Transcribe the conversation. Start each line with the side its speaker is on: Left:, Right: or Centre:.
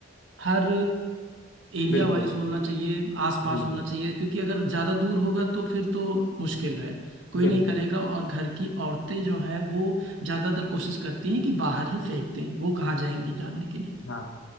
Right: हर एरिया
Left: बिल्कुल
Right: वाइज होना चाहिए आसपास
Left: हम्म
Right: होना चाहिए क्योंकि अगर ज़्यादा दूर होगा तो फिर तो मुश्किल है कोई
Left: बिल्कुल
Right: नहीं करेगा और घर की औरतें जो हैं वो ज़्यादातर कोशिश करती हैं कि बाहर ही फेंक दें वो कहाँ जाएंगी जानने के लिए
Left: हाँ